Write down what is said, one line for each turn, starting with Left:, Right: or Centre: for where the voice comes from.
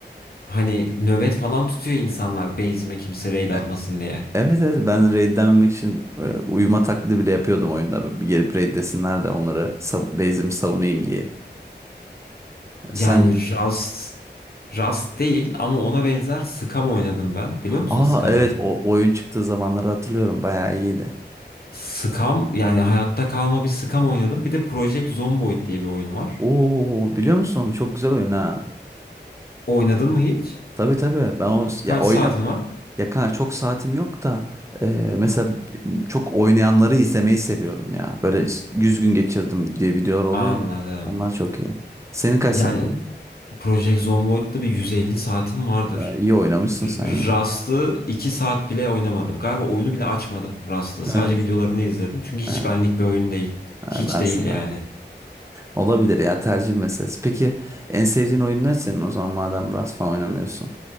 Left: Hani nöbet falan tutuyor insanlar base'ime kimse raid atmasın
Right: E-
Left: diye.
Right: Evet evet ben raidlenmemek için e, uyuma taklidi bile yapıyordum oyunda. Bir Gelip raidlesinler de onları sav base'imi savunayım diye.
Left: Yani
Right: Sen
Left: Rast Rast değil ama ona benzer Scum oynadım ben. Biliyor musun
Right: aa
Left: Scum'ı?
Right: evet o oyun çıktığı zamanları hatırlıyorum. Bayağı iyiydi.
Left: Scum yani hayatta kalma bir Scum oynadım. Bir de Project Zomboid diye bir oyun var.
Right: Oo biliyor musun onu? Çok güzel oyun ha.
Left: Oynadın mı hiç?
Right: Tabii tabii. Ben o ya
Left: Kaç
Right: oyna
Left: saatin var?
Right: ya kanka çok saatim yok da e, mesela b- çok oynayanları izlemeyi seviyorum ya. Böyle 100 gün geçirdim diye videolar oluyor
Left: Anladım.
Right: ya. Onlar çok iyi. Senin kaç
Left: Yani
Right: saatin?
Left: Project Zomboid'da bir 150 saatim vardır.
Right: Ee, iyi oynamışsın
Left: R-
Right: sen yine.
Left: Rust'ı 2 saat bile oynamadım. Galiba oyunu bile açmadım Rust'ı. Sadece
Right: Evet.
Left: videolarını izledim. Çünkü hiç
Right: Ee,
Left: benlik bir oyun değil. Hiç
Right: e, ben
Left: değil
Right: seviyorum.
Left: yani.
Right: Olabilir ya tercih meselesi. Peki en sevdiğin oyun ne senin o zaman madem biraz falan oynamıyorsun?